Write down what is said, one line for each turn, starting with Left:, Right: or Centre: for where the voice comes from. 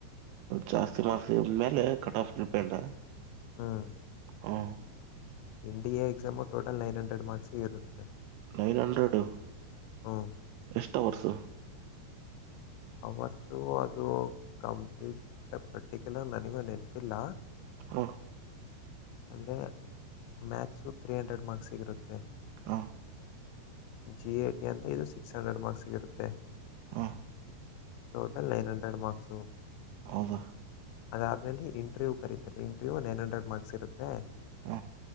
Right: ಜಾಸ್ತಿ ಮಾರ್ಕ್ ಮೇಲೆ ಕಟ್ ಆಫ್ ರೀಪೆಂಡಾ.
Left: ಹ್ಮ್.
Right: ಹಾ.
Left: India exam total nine hundred marks ಇರುತ್ತೆ.
Right: Nine hundred.
Left: ಹ್ಮ್.
Right: ಎಷ್ಟ ವರ್ಷ.
Left: ಅವತ್ತು ಅದು ಕಂಪ್ಲೀಟ್ ಪ್ರೆಕ್ಟಿಕ್ಯುಲರ್ ನನಗೂ ನೆನಪಿಲ್ಲ.
Right: ಹಾ.
Left: ಅಂದ್ರೆ ಮ್ಯಾಥ್ಸು ತ್ರೀ ಹಂಡ್ರೆಡ್ ಮಾರ್ಕ್ಸ್ಗಿರುತ್ತೆ.
Right: ಹ
Left: ಜಿ ಎ ಟಿ ಅಂತ ಇದು ಸಿಕ್ಸ್ ಹಂಡ್ರೆಡ್ ಮಾರ್ಕ್ಸ್ಗಿರುತ್ತೆ.
Right: ಹ
Left: ಟೋಟಲ್ ನೈನ್ ಹಂಡ್ರೆಡ್ ಮಾರ್ಕ್ಸು.
Right: ಹೌದ.
Left: ಅದಾದಮೇಲೆ ಇಂಟ್ರವ್ಯೂ ಕರೀತಾರೆ ಇಂಟ್ರವ್ಯೂ ನೈನ್ ಹಂಡ್ರೆಡ್ ಮಾರ್ಕ್ಸ್ ಇರುತ್ತೆ.
Right: ಹ